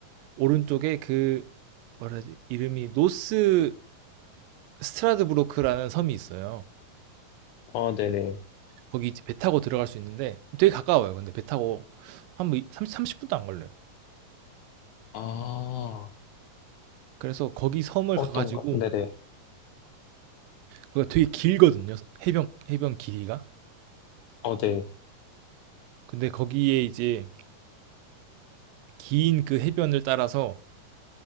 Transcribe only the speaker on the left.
어, 네네.
아,
어떤가?
네네.
어, 네.